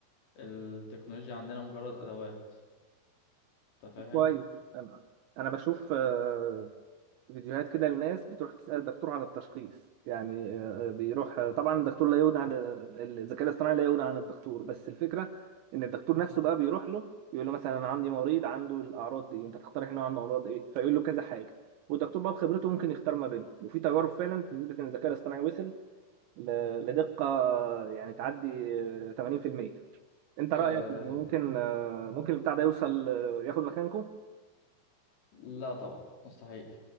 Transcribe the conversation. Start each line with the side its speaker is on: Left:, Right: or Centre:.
Left: التكنولوجيا عندنا مجرد ادوات انت فاهم
Right: كويس انا انا بشوف آه، فيديوهات كده لناس بتروح تسال الدكتور على التشخيص يعني آه، بيروح آه، طبعا الدكتور لا يغني عن الذكاء الاصطناعي لا يغني عن الدكتور بس الفكره ان الدكتور
Left: مم.
Right: نفسه بقى بيروح له يقول له مثلا انا عندي مريض عنده الاعراض دي انت تقترح انه عنده امراض ايه فيقول له كذا حاجه والدكتور بقى بخبرته ممكن يختار ما بينهم وفي تجارب فعلا بتثبت ان الذكاء الاصطناعي وصل ل- لدقة يعني تعدي 80% انت
Left: أه
Right: رأيك ان ممكن آه، ممكن البتاع ده يوصل آه، ياخد مكانكم
Left: لا طبعا مستحيل